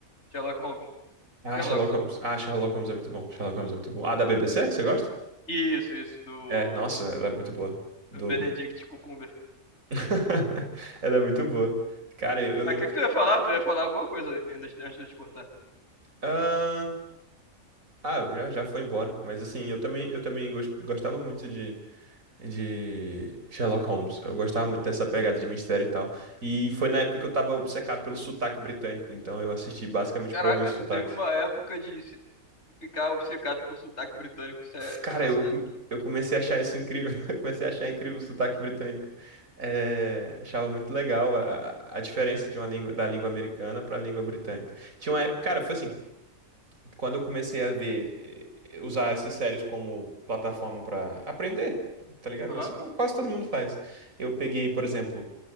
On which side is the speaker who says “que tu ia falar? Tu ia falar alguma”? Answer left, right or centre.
Left